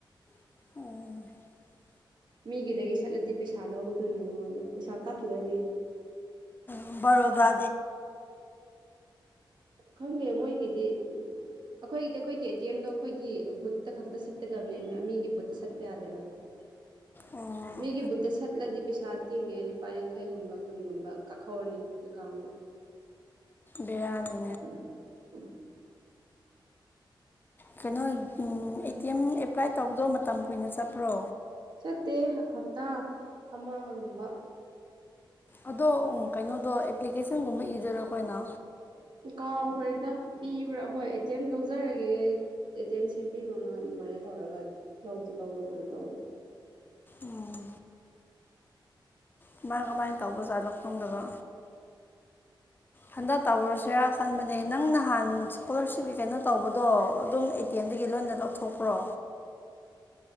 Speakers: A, on the left (about 25°); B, on the right (about 65°).
A: ꯑꯣ
B: ꯃꯤꯒꯤꯗꯒꯤ ꯁꯠꯂꯗꯤ ꯄꯩꯁꯥ ꯂꯧꯒꯗꯣꯏꯅꯤ ꯅꯉꯣꯟꯗ ꯄꯩꯁꯥ ꯀꯛꯈꯤꯗꯣꯏꯅꯦ
A: ꯎꯝ ꯔꯣꯗꯥ
B: ꯈꯪꯒꯦ ꯃꯣꯏꯒꯤꯗꯤ ꯑꯩꯈꯣꯏꯒꯤꯗꯤ ꯑꯩꯈꯣꯏꯒꯤ ꯑꯦꯇꯤ ꯑꯦꯝꯗꯣ ꯑꯩꯈꯣꯏꯒꯤ ꯕꯨꯠꯇ ꯈꯛꯇ ꯁꯠꯀꯗꯕꯅꯦ ꯃꯤꯒꯤ ꯕꯨꯠꯇ ꯁꯠꯄ ꯌꯥꯗꯦꯕ
A: ꯎꯝ
B: ꯃꯤꯒꯤ ꯕꯨꯠꯇ ꯁꯠꯂꯗꯤ ꯄꯩꯁꯥ ꯇꯤꯡꯉꯦ ꯂꯨꯄꯥ ꯌꯥꯡꯈ ꯌꯥꯩꯒꯨꯝꯕ ꯀꯨꯟꯒꯨꯝꯕ ꯀꯛꯍꯧꯔꯅꯤ ꯑꯦꯀꯥꯎꯟꯗ
A: ꯕꯤꯔꯅꯤ
B: ꯎꯝ ꯎꯝ
A: ꯀꯩꯅꯣ ꯑꯦ ꯇꯤ ꯑꯦꯝ ꯑꯦꯄ꯭ꯂꯥꯏ ꯇꯧꯕꯗꯣ ꯃꯇꯝ ꯀꯨꯏꯅ ꯆꯠꯄ꯭ꯔꯣ
B: ꯆꯠꯇꯦ ꯍꯞꯇꯥ ꯑꯃꯒꯝꯕ
A: ꯑꯗꯣ ꯀꯩꯅꯣꯗꯣ ꯑꯦꯄ꯭ꯂꯤꯀꯦꯁꯟꯒꯨꯝꯕ ꯏꯖꯔ ꯑꯩꯈꯣꯅ
B: ꯀꯥꯎꯈ꯭ꯔꯦꯗ ꯄꯤꯕ꯭ꯔꯥ ꯍꯣꯏ ꯑꯦ ꯇꯤꯦꯝ ꯂꯧꯖꯔꯒꯦ ꯑꯦ ꯇꯤ ꯑꯦꯝ ꯁꯦꯝꯕꯤꯔꯣꯅ ꯑꯗꯨꯃꯥꯏꯅ ꯇꯧꯔꯒ ꯂꯧꯖ ꯂꯧꯕ꯭ꯔ ꯀꯩꯅꯣꯝ ꯇꯧꯋꯤ
A: ꯎꯝ ꯀꯃꯥꯏ ꯀꯃꯥꯏꯅ ꯇꯧꯕꯖꯥꯠ ꯂꯧꯣ ꯈꯐꯝꯗꯕ ꯍꯟꯗꯛ ꯇꯧꯔꯨꯔꯨꯁꯤꯔꯥ ꯈꯟꯕꯅꯦ ꯅꯪ ꯅꯍꯥꯟ ꯏꯁꯀꯣꯂꯥꯔꯁꯤꯞꯀꯤ ꯀꯩꯅꯣ ꯇꯧꯕꯗꯣ ꯑꯗꯨꯝ ꯑꯦ ꯇꯤ ꯑꯦꯝ ꯑꯩꯒꯤ ꯂꯣꯏꯅ ꯂꯧꯊꯣꯛꯄ꯭ꯔꯣ